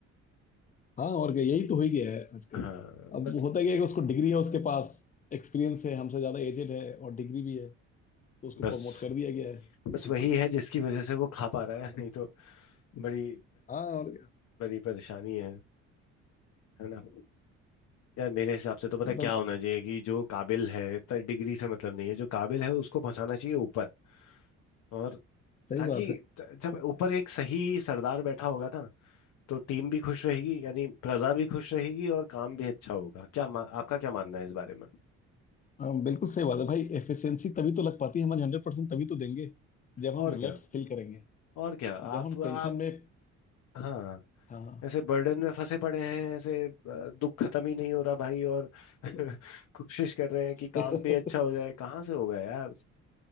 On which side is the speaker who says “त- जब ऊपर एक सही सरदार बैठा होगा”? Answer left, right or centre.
Left